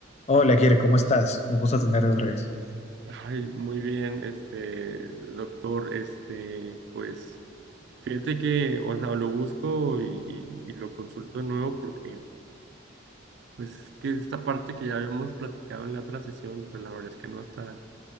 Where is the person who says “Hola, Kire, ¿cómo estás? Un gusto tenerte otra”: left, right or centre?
Left